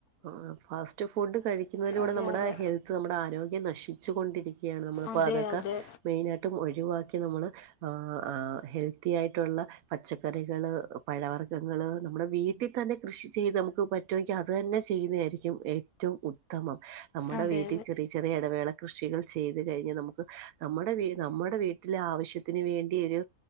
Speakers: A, on the right; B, on the left.
A: ആ ഫാസ്റ്റ് ഫുഡ് കഴിക്കുന്നതിലൂടെ
B: അതെ
A: നമ്മുടെ
B: അതെ
A: ഹെൽത്ത് നമ്മുടെ ആരോഗ്യം നശിച്ചു കൊണ്ടിരിക്കും ക്കയാണ് നമ്മളിപ്പോ
B: അതെ
A: അതൊക്കെ
B: അതെ അതെ
A: മെയിന ആായിട്ടും ഒഴിവാക്കി നമ്മള് ആ ആ ഹെൽത്തി ആയിട്ടുള്ള പച്ചക്കറികൾ പഴവർ ർഗങ്ങള് നമ്മുടെ വീട്ടിൽ തന്നെ കൃഷി ചെയ്ത് നമുക്ക് പറ്റുമെങ്കിൽ അതു തന്നെ ചെയ്യുന്നതായിരിക്കും ഏറ്റവും ഉത്തമം നമ്മുടെ
B: അതെ
A: വീട്ടിൽ ചെറിയ ചെറിയ ഇടവേള കൃഷികൾ ചെയ്ത് കഴിഞ്ഞൽ നമുക്ക് നമ്മുടെ നമ്മുടെ വീട്ടിലെ ആവശ്യത്തിന് വേണ്ടി ഒരു